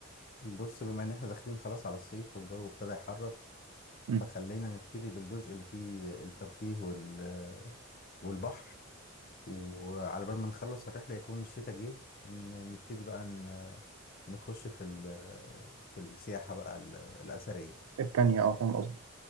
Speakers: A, on the left; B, on the right.
A: بص بما ان احنا داخلين خلاص على الصيف والجو ابتدى يحرر
B: مم.
A: فخلينا نبتدي بالجزء اللي فيه الترفيه وال- والبحر وعلى بال ما نخلص الرحلة يكون الشتاء جه ن- نبتدي بقى ن- نخش في ال- في السياحة بقى ال- الأثرية
B: التانية أه فاهم قصدي